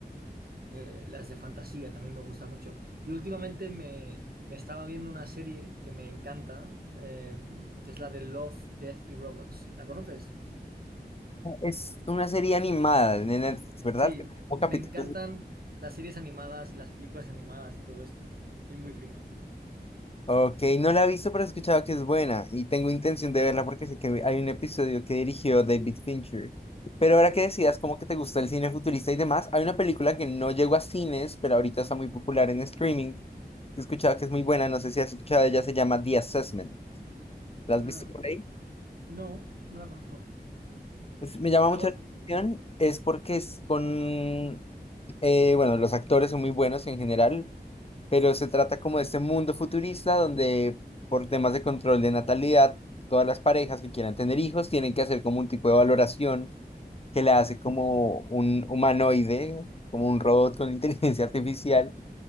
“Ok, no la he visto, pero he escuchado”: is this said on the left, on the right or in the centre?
Left